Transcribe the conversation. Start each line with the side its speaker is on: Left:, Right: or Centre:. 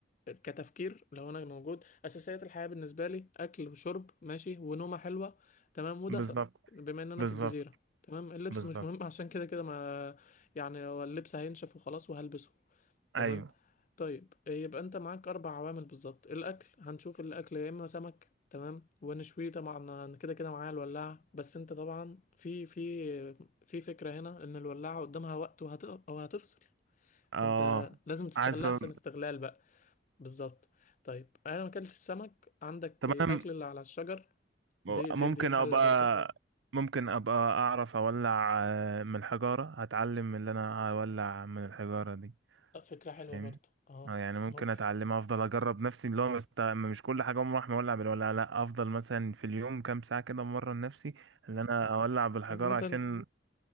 Left: كتفكير لو انا موجود اساسيات الحياه بالنسبه لي اكل وشرب ماشي ونومه حلوه تمام ودفى
Right: بالظبط
Left: بما ان انا
Right: بالظبط
Left: في الجزيره تمام اللبس
Right: بالظبط
Left: مش مهم <laughs> عشان كده كده ما يعني هو اللبس هينشف وخلاص وهلبسه تمام
Right: ايوه
Left: طيب يبقى انت معاك اربع عوامل بالظبط الاكل هنشوف الاكل يا اما سمك تمام ونشويه طبعا انا كده كده معايا الولاعه بس انت طبعا في في في فكره هنا ان الولاعه قدامها وقت وهت... وهتفصل
Right: اه
Left: فانت لازم تستغلها
Right: عايز أ-
Left: احسن استغلال بقى بالظبط طيب انا ما اكلتش السمك عندك
Right: طب
Left: الاكل
Right: انا
Left: اللي على الشجر
Right: م-
Left: دي دي
Right: ممكن
Left: دي حلة
Right: ابقى
Left: برضو
Right: ممكن ابقى اعرف اولع آه، من الحجارة هتعلم اللي انا اولع من الحجارة دي
Left: آه، فكرة حلوة
Right: فاهم
Left: برضو اه
Right: اه يعني ممكن
Left: ممكن
Right: اتعلم افضل اجرب نفسي اللي هو مست- مش كل حاجة اقوم راح مولع بالولع لا افضل مثلا في اليوم كام ساعة كده مرة لنفسي اللي انا اولع بالحجارة
Left: عامة
Right: عشان